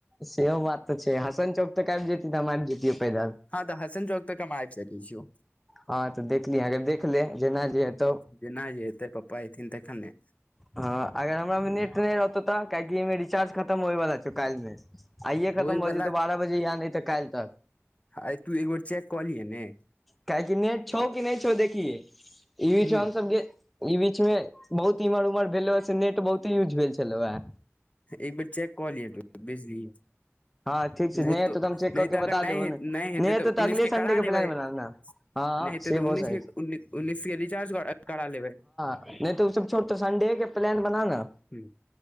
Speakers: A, in the centre; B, on the left.
A: सेओ बात तऽ छै हसन चौक त काइल जैती त आइब जैती पदिल
B: हँ तऽ हसन चौक तऽ हम आइब सकै छियौ
A: हँ तऽ देखली अके देख ले जेना जे हेतौ
B: जेना जे हेतै पप्पा एथिन तखन ने
A: हँ अगर हमरा मे
B: हँ
A: नेट नय रहतौ तऽ काहेकि एइमे रिचार्ज खतम होयवला छौ काल्हि मे आइये खतम
B: होइ
A: भऽ
B: बला
A: जेतौ बारह बजे या नय तऽ काइल तक
B: आई तू एक बेर चेक कऽलिये ने
A: काहेकि नेट छौ कि नय छौ देखि ई बीच
B: ह
A: मे हम सबके ई बीच मे बहुत इमहर उमहर भेलैओ से नेट बहुते यूज भेल छलौ ये
B: एक बेर चेक कऽ लियै तु बुजली
A: हँ ठीक छै
B: नय
A: नहि हेतौ
B: तऽ
A: हम चेक
B: नय
A: कऽ के
B: तऽ अगर
A: बता
B: नय
A: देबौ ने
B: नय हेतै
A: नहि हेतौ
B: तऽ उन्नीस
A: अगले
B: के
A: संडे
B: करा लेबै
A: प्लान बना
B: नय
A: ने हँ
B: हेतै
A: से
B: तऽ
A: भऽ
B: उन्नीस
A: सकै
B: के
A: छै
B: उन् उन्नीस के रिचार्ज करा लेबै
A: नय तऽ ओ सब छोड़ संडे के प्लान बना नऽ
B: हु